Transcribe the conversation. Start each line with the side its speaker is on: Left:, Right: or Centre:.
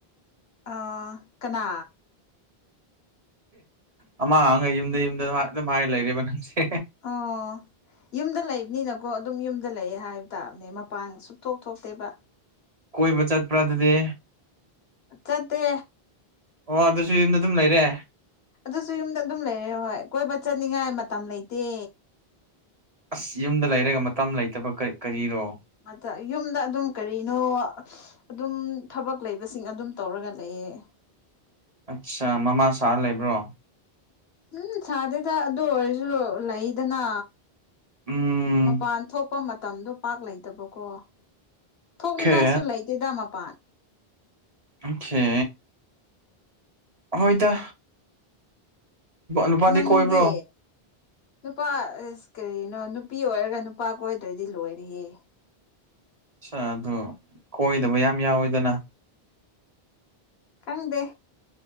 Left: ꯑꯥ ꯀꯅꯥ
Right: ꯑꯃꯥꯡ ꯑꯃꯒ ꯌꯨꯝꯗ ꯌꯨꯝꯗ ꯑꯗꯨꯝ ꯍꯥꯏ ꯂꯩꯔꯦꯕ ꯅꯪꯁꯦ
Left: ꯑꯣ ꯌꯨꯝꯗ ꯂꯩꯕꯅꯤꯅꯀꯣ ꯑꯗꯨꯝ ꯌꯨꯝꯗ ꯂꯩꯌꯦ ꯍꯥꯏꯕ ꯇꯥꯕꯅꯦ ꯃꯄꯥꯟ ꯁꯨꯛꯇꯣꯛ ꯊꯣꯛꯇꯦꯕ
Right: ꯀꯣꯏꯕ ꯆꯠ ꯄ꯭ꯔ ꯑꯗꯨꯗꯤ
Left: ꯆꯠꯗꯦ
Right: ꯑꯣ ꯑꯗꯨꯁꯨ ꯌꯨꯝꯗ ꯑꯗꯨꯝ ꯂꯩꯔꯦ
Left: ꯑꯗꯨꯁꯨ ꯌꯨꯝꯗ ꯑꯗꯨꯝ ꯂꯩꯔꯦ ꯍꯣꯏ ꯀꯣꯏꯕ ꯆꯠꯅꯤꯡꯉꯥꯏ ꯃꯇꯝ ꯂꯩꯇꯦ
Right: ꯑꯁ ꯌꯨꯝꯗ ꯂꯩꯔꯒ ꯃꯇꯝ ꯂꯩꯇꯕ ꯀꯥ ꯀꯔꯤꯔꯣ
Left: ꯑꯗ ꯌꯨꯝꯗ ꯑꯗꯨꯝ ꯀꯔꯤꯅꯣ ꯑꯗꯨꯝ ꯊꯕꯛ ꯂꯩꯕꯁꯤꯡ ꯑꯗꯨꯝ ꯇꯧꯔꯒ ꯂꯩꯌꯦ
Right: ꯑꯠꯆꯥ ꯃꯃꯥ ꯁꯥꯔ ꯂꯩꯕ꯭ꯔꯣ
Left: ꯎꯝ ꯁꯥꯗꯦꯗ ꯑꯗꯨ ꯑꯣꯏꯔꯁꯨ ꯂꯩꯗꯅ
Right: ꯎꯝ
Left: ꯃꯄꯥꯟ ꯊꯣꯛꯄ ꯃꯇꯝꯗꯣ ꯄꯥꯛ ꯂꯩꯇꯕꯀꯣ ꯊꯣꯛꯅꯤꯡꯉꯥꯏꯁꯨ
Right: ꯑꯣꯀꯦ
Left: ꯂꯩꯇꯦꯗ ꯃꯄꯥꯟ
Right: ꯑꯣꯀꯦ ꯍꯣꯏꯗ ꯅꯨꯄꯥꯗꯤ
Left: ꯅꯪꯗꯤ
Right: ꯀꯣꯏꯕ꯭ꯔꯣ
Left: ꯅꯨꯄꯥ ꯑꯁ ꯀꯔꯤꯅꯣ ꯅꯨꯄꯤ ꯑꯣꯏꯔꯒ ꯅꯨꯄꯥ ꯀꯣꯏꯗ꯭ꯔꯗꯤ ꯂꯣꯏꯔꯦꯍꯦ
Right: ꯑꯗꯨ ꯀꯣꯏꯗꯕ ꯌꯥꯝ ꯌꯥꯎꯋꯦꯗꯅ
Left: ꯈꯪꯗꯦ